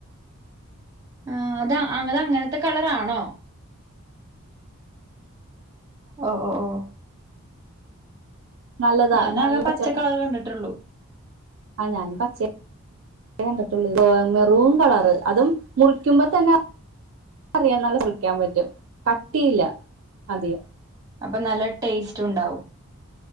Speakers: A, on the right; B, on the right.
A: ആ അത <unintelligible> അങ്ങനത്തെ കളറാണോ ഓ ഓ ഓ
B: നല്ലതാ
A: ഞാനാകെ
B: നല്ല ച പച്ച
A: കളർ കണ്ടിട്ടുള്ളൂ
B: ആ ഞാനും പചെ, കണ്ടിട്ടോള്ളൂ മെറൂം കളറ് അതും മുറിക്കുമ്പോ തന്നെ അറിയാം നല്ല മുറിക്കാൻ പറ്റും കട്ടിയില്ല അതിയം
A: അപ്പം നല്ല ടേസ്റ്റ് ഉണ്ടാവും